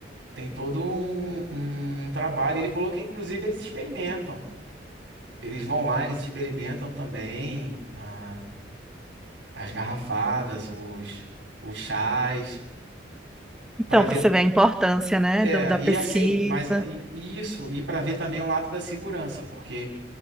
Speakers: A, on the right; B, in the centre.
A: Tem todo um, um trabalho. Ele falou que, inclusive, eles experimentam. Eles vão lá, eles experimentam também ah, as garrafadas, os, os chás,
B: Então,
A: para ver.
B: para você ver a importância, né,
A: É,
B: do- da
A: e
B: pesquisa.
A: assim, mas e- e isso, e para ver também o lado da segurança, porque